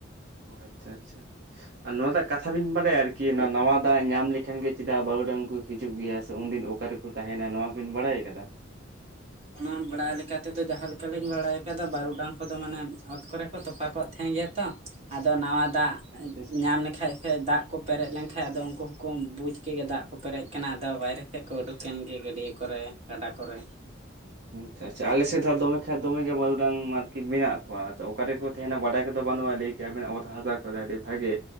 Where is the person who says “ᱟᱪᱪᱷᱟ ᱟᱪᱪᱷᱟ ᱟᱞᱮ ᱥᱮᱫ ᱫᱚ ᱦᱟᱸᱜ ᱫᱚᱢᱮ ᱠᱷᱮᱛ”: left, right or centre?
Right